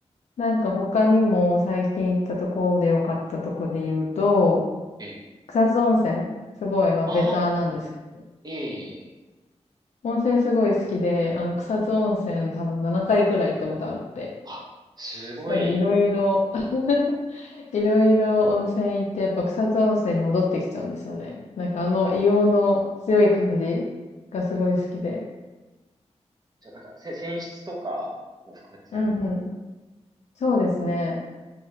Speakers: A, on the left; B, on the right.
A: なんか他にも最近行ったところで良かったとこで言うと、
B: ええ。
A: 草津温泉。すごい、まあベターなんですけど。
B: あいえいえいえ。
A: 温泉すごい好きで、あの草津温泉多分7回くらい行ったことあって。
B: あ、すごい。
A: やっぱりいろいろ <laughs>
B: え、
A: いろいろ温泉行って、やっぱ草津温泉に戻ってきちゃうんですよね。なんかあの硫黄の強い感じがすごい好きで。
B: やっうんうんじゃあなんか、せ、泉質とかも含めて全部。
A: うんうん。そうですね。